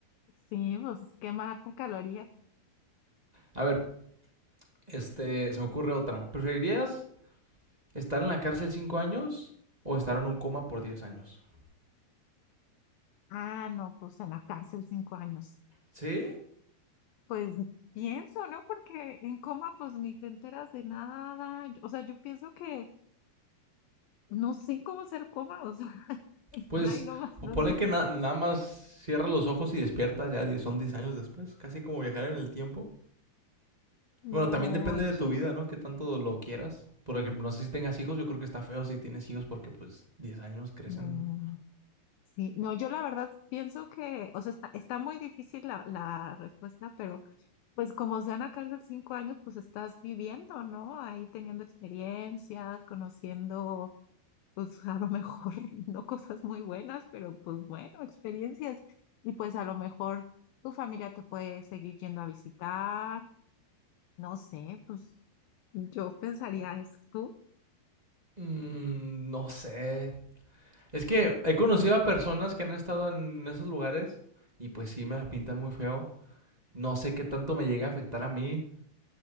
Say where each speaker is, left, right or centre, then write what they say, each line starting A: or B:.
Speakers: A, on the left (about 75°); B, on the right (about 15°).
A: Sí, pues quemarte calorías.
B: A ver, este, se me ocurre otra. ¿Preferirías estar en la cárcel cinco años o estar en un coma por 10 años?
A: Ah, no, pues en la cárcel cinco años.
B: ¿Sí?
A: Pues pienso, ¿no? Porque en coma pues ni te enteras de nada. Yo- O sea, yo pienso que no sé cómo ser coma, o sea, <laughs> estar
B: Pues,
A: ahí nomás
B: po-
A: dormido.
B: ponle que na- nada más cierra los ojos y despierta, ya die- son 10 años después. Casi como viajar en el tiempo.
A: No,
B: Bueno, también depende de tu
A: yo,
B: vida, ¿no? Qué tanto lo quieras. Por ejemplo, no sé si tengas hijos, yo creo que está feo si tienes hijos porque pues diez años crecen,
A: no.
B: ¿no?
A: Sí, no, yo la verdad pienso que, o sea, está, está muy difícil la, la respuesta, pero pues como sean en cárcel cinco años, pues estás viviendo, ¿no? Ahí teniendo experiencias, conociendo pues a lo mejor <laughs> no cosas muy buenas, pero pues bueno, experiencias. Y pues a lo mejor tu familia te puede seguir yendo a visitar, no sé, pues yo pensaría eso, tú.
B: Mm, no sé. Es que he conocido a personas que han estado en esos lugares y pues sí me la pintan muy feo. No sé qué tanto me llega a afectar a mí